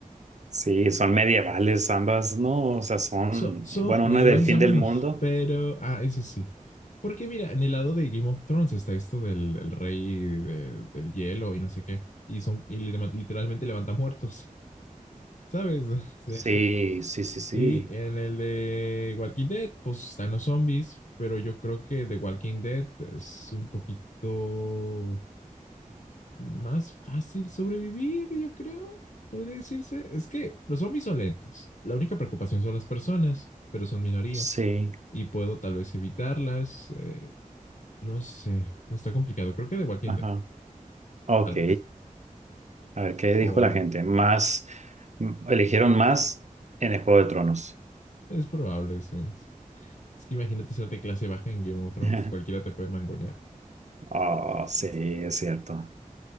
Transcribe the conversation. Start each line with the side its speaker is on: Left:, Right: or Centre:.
Right: Sí, son medievales ambas, ¿no? O sea, son,
Left: So, so,
Right: bueno,
Left: medievales
Right: una es del fin
Left: ambas
Right: del
Left: <laughs> no,
Right: mundo.
Left: pero, ah, eso sí. Porque mira, en el lado de Game of Thrones está esto del, del rey de- del hielo y no sé qué. Y son, y li- literalmente levanta muertos, ¿sabes? <laughs> O sea,
Right: Sí, sí, sí, sí.
Left: y en el de Walking Dead, pues están los zombies, pero yo creo que The Walking Dead es un poquito más fácil sobrevivir, yo creo, podría decirse. Es que los zombies son lentos. La única preocupación son las personas, pero son minoría
Right: Sí.
Left: y puedo tal vez evitarlas. eh, no sé, está complicado. Creo que de Walking
Right: Ajá.
Left: Dead,
Right: Ok.
Left: tal vez.
Right: A ver, ¿qué dijo
Left: O
Right: la
Left: no,
Right: gente? Más, m- eligieron más en el Juego de Tronos.
Left: es probable. sí, sí. Es que imagínate ser de clase baja en Game of Thrones,
Right: <laughs>
Left: cualquiera te puede mangonear
Right: Oh, sí, es cierto.